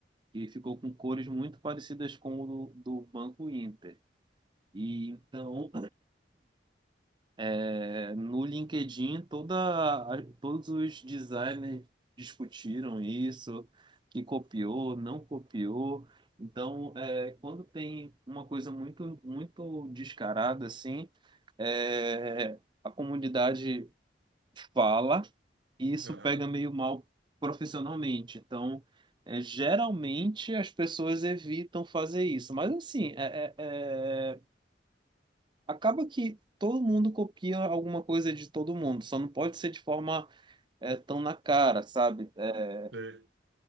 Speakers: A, on the right; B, on the right.
A: e ficou com cores muito parecidas com o do, do Banco Inter. E então É, no LinkedIn, toda, a- todos os designers discutiram isso, que copiou, não copiou. Então, é, quando tem uma coisa muito, muito descarada assim, é, a comunidade fala e isso
B: Aham.
A: pega meio mal profissionalmente. Então, é, geralmente
B: Hum.
A: as pessoas evitam fazer isso. Mas assim, é, é- é, acaba que todo mundo copia alguma coisa de todo mundo, só não pode ser de forma é, tão na cara, sabe? É,
B: É,